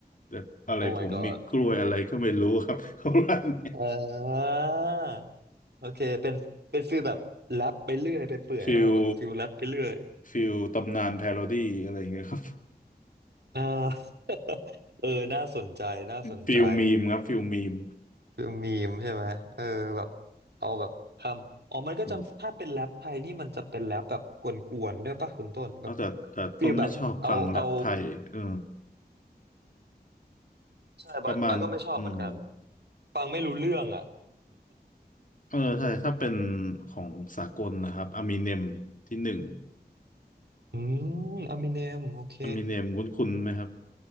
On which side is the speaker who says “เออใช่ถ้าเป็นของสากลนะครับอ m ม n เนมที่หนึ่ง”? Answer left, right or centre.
Left